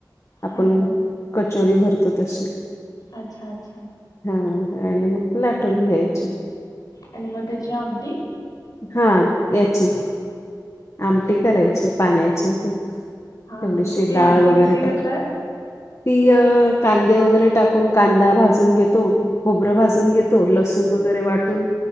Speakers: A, on the left; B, on the left.
A: आपण
B: हा हा
A: कचोरी भरतो. तशी
B: अच्छा अच्छा
A: हा आणि मग लाटून घ्यायची.
B: आणि मग त्याची आमटी.
A: हा याची आमटी करायची पाण्याची.
B: हा
A: थोडीशी
B: हा मग ती
A: डाळ
B: आमटी
A: वगैरे,
B: कशी
A: टेक.
B: करताय
A: तिय कांदे वगैरे टाकून. कांदा भाजून घेतो. खोबरं, भाजून घेतो लसूण वगैरे वाटून